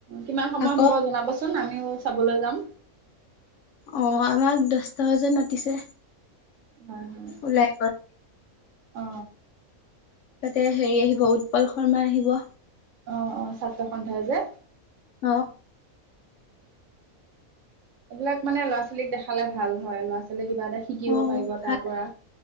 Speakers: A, on the right; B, on the left.
A: কিমান সময়
B: আকৌ
A: হ'ব জনাবাচোন আমিও চাবলৈ যাম।
B: অ আমাক দছটা বজাত মাতিছে।
A: হয় হয়
B: ওলাই গ'ল
A: অ।
B: তাতে হেৰি আহিব উৎপল শৰ্মা আহিব।
A: অ অ ছাত্ৰ সন্থা যে।
B: অ।
A: এইবিলাক মানে ল'ৰা ছোৱালীক দেখালে ভাল হয়। ল'ৰা ছোৱালী কিবা এটা শিকিব
B: অ
A: পাৰিব
B: ভাল
A: তাৰপৰা